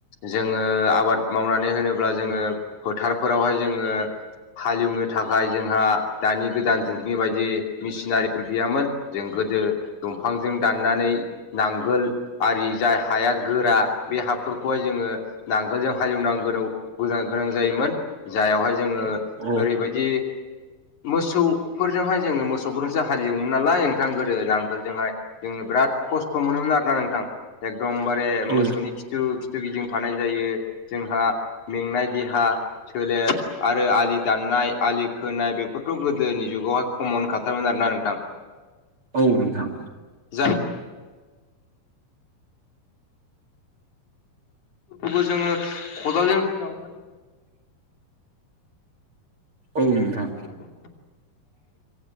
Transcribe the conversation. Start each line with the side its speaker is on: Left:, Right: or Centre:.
Left: जोङो आबाद मावनानै होनोब्ला जोङो फोथारफोरावहाय जोङो हालेवनो थाखाय जोंहा दानि गोदान जुगनि बायदि मेसिनारिफोर गैयामोन। जों गोदो दंफांजों दाननानै नांगोल आरि जाय हाया। गोरा बे हाफोरखौहाय जोङो नांगोलजों हालेवनांगोन गोनां जायोमोन। जायावहाय जोङो
Right: औ
Left: ओरैबायदि मोसौफोरजोंहाय जोङो मोसौ। सौजोंसो हालेवोमोन नालाय नोंथां गोदो नांगोलजोंहाय। जोङो बिराद खस्थ मोनोमोन आरोना नोंथां एकदमबारे
Right: औ
Left: मोसौनि। खिथु खिथु गिदिंफानाय जायो जोंहा मेंनाय देहा सोलेर। आरो आलि दाननाय आलि खोनाय बेफोरथ गोदोनि जुगावहाय कमन खाथारोमोन आरोना नोंथां।
Right: औ नोंथां
Left: जा खौबो जोङो खदालजोंनो जावनानै
Right: औ नोंथां
Left: <inaudible>